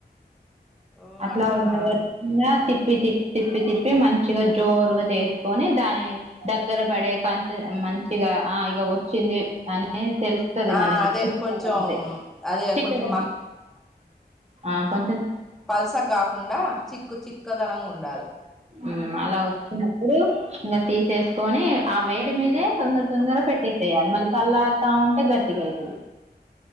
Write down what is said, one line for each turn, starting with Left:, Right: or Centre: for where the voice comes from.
Centre: ఓ
Right: అట్లా
Centre: అట్లనా
Right: ఉండ గట్టు కున్యా తిప్పి తిప్పి తిప్పి మంచిగా జోరు గా చేసుకొని దాన్ని దగ్గర బడే కాంచి మం మంచిగా ఆ ఇగ వచ్చింది అని అని తెలుస్తది
Centre: ఆ
Right: మనకి
Centre: అదే
Right: తిప్పతా
Centre: కొంచెం
Right: వుంటే
Centre: అదే
Right: చిక్కదనం
Centre: కొంచెం
Right: ఆ కొం
Centre: పల్సగ్గాకుండా చిక్కు చిక్కదనంగా ఉండాలె
Right: ఉ అలా వచ్చినప్పుడు ఇంగ తీసేసుకొని ఆ వేడి మీదే కొంచెం తొందరగా పెట్టేసేయాలి మళ్ళ సల్లార్తా ఉంటే గట్టిగైతది